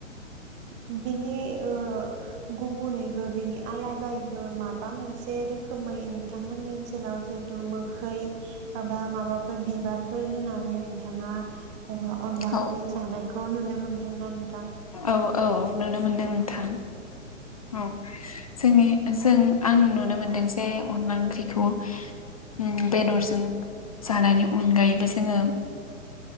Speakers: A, on the right (about 20°); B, on the left (about 30°).
A: बिनि ओ। गुबुनैबो बेनि आलादायैबो माबा मोनसे रोखोमै नोंथांमोननि ओनसोलाव जेहेतु मोखै बा बा माबाफोर बिबारफोर होनानै नों थाङा ओ अनला
B: औ
A: खारि जानायखौ नुनो मोनदोंना नों
B: औ औ नुनो मोनदों नोंथां औ जोंनि जों आं नुनो मोनदों बे अनला ओंख्रिखौ उम बेदरजों जानायनि अनगायैबो जोङो